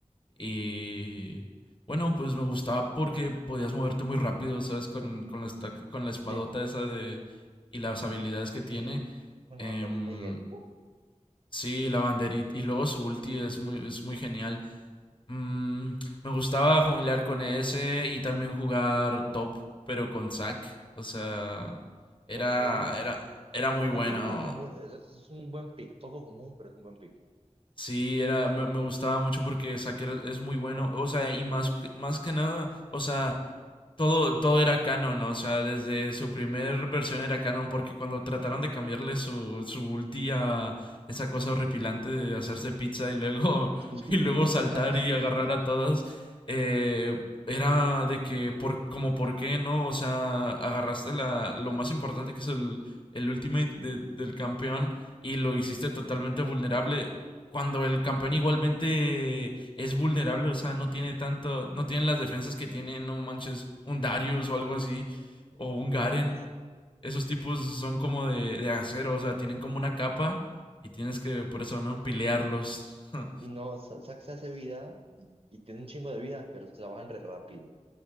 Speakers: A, on the left; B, on the right.
A: Y bueno, pues me gustaba porque podías moverte muy rápido, ¿sabes? Con, con la, estaca- con la espadota
B: Sí,
A: esa de... y las habilidades que tiene.
B: con
A: Em,
B: la banderita y el... "Uh,
A: sí, la banderita. Y luego su ulti es muy, es muy genial. Mm, me gustaba junglear con ese y también jugar top, pero con Zac. O sea, era,
B: ok.
A: era, era muy
B: Poco,
A: bueno.
B: poco común. Es, es un buen pick. Poco común, pero es un buen pick.
A: Sí, era, me, me gustaba mucho porque Saker es muy bueno, o sea, y más, que- más que nada, o sea, todo, todo era canon, ¿no? o sea, desde su primer versión era canon, porque cuando trataron de cambiarle su, su ulti a esa cosa horripilante de hacerse pizza y luego,
B: <laughs>
A: <laughs> y luego saltar y agarrar a todos, eh, era de que, por, como por qué, ¿no? O sea, agarraste la, lo más importante que es el, el ultimate de- del campeón y lo hiciste totalmente vulnerable cuando el campeón igualmente es vulnerable, o sea, no tiene tanto, no tienen las defensas que tiene, no manches, un Darius o algo así, o
B: Si
A: un
B: no
A: Garen.
B: es...
A: Esos tipos son como de, de acero, o sea, tienen como una capa y tienes que, por eso, ¿no? Pilearlos. <laughs>
B: Si no, Sa- Sax se hace vida y, y tiene un chingo de vida, pero se la bajan re rápido.